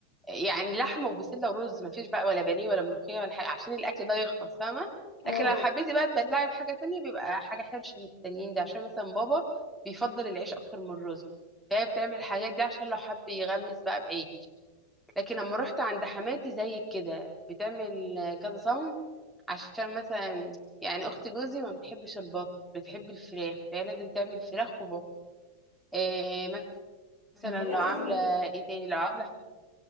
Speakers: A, in the centre; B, on the left.
A: يعني لحمة وبسلة ورز مفيش بقى ولا بانيه ولا ملوخية ولا حاجة عشان الأكل ده يخلص فاهمة
B: اه
A: لكن لو حبيتي بقى تبلعي بحاجة تانية بيبقى حاجة حرش من التانيين ده عشان مثلا بابا بيفضل العيش أكتر من الرز فهي بتعمل الحاجات دي عشان لو حب يغمس بقى بعيد لكن لما رحت عند حماتي زي كده بتعمل كذا صنف عشان مثلا يعني اخت جوزي ما بتحبش البط بتحب الفراخ فهي لازم تعمل فراخ وبط إيه مثلا
B: ما هي لازم
A: لو عامله ايه تاني لو عامله